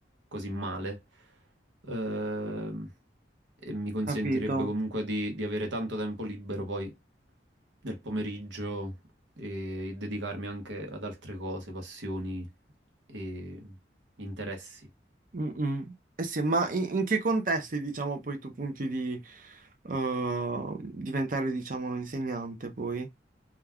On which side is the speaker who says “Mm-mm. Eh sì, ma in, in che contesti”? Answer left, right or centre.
Right